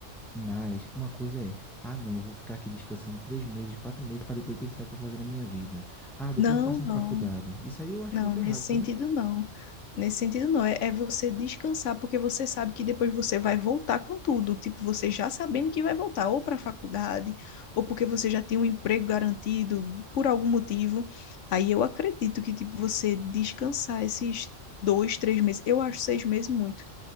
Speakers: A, in the centre; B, on the left.
A: mas uma coisa é, ah, não, eu vou ficar aqui descansando três meses, quatro meses para depois pensar o que eu vou fazer na minha vida. Ah, depois
B: Não,
A: eu faço
B: não.
A: uma faculdade. Isso aí eu acho
B: Não,
A: muito
B: nesse
A: errado,
B: sentido
A: sabe?
B: não. Nesse sentido não. É, é você descansar, porque você sabe que depois você vai voltar com tudo. Tipo, você já sabendo que vai voltar, ou para a faculdade, ou porque você já tem um emprego garantido por algum motivo. Aí eu acredito que, tipo, você descansar esses dois, três meses. Eu acho seis meses muito.